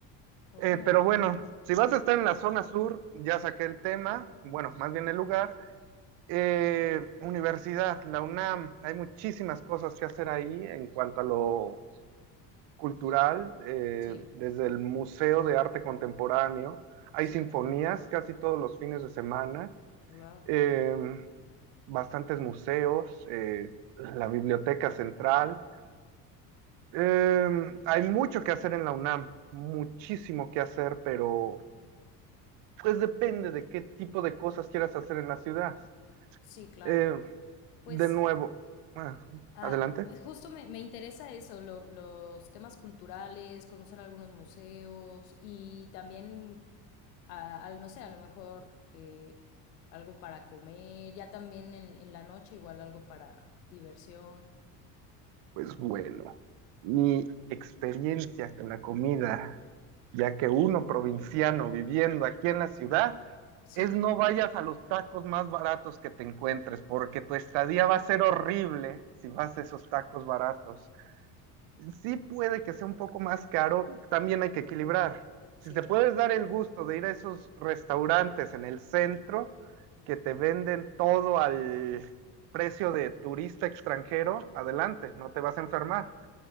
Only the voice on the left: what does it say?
oh,
sí,
sí,
wow,
sí, claro.
Pues
Ah,
justo me, me interesa eso, lo- los temas culturales, conocer algunos museos y también, a- al, no sé, a lo mejor eh, algo para comer, ya también en, en la noche igual algo para diversión.
Sí,
sí,